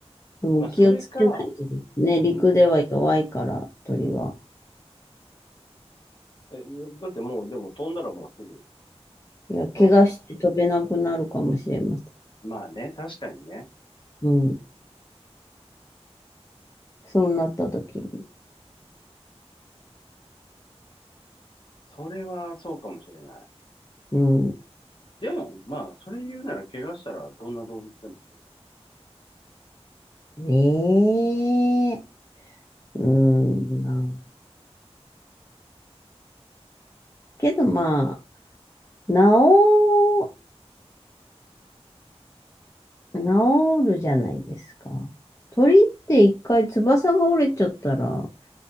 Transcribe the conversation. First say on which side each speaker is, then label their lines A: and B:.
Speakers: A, on the left (about 25°); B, on the left (about 45°).
A: でも気をつけないとですね。
B: まあ、それか、
A: 陸では弱いから、
B: ん
A: 鳥は。
B: え、だってもう、でも飛んだらもうすぐ
A: いや、怪我して飛べなくなるかもしれません。
B: 空じゃん。まあね、確かにね。
A: うん。そうなった時に。
B: それはそうかもしれない。
A: うん。
B: でも、まあ、それ言うなら怪我したらどんな動物でもそうじゃな
A: ええうん。なけどまあ、治、治るじゃないですか。鳥って一回翼が折れちゃったら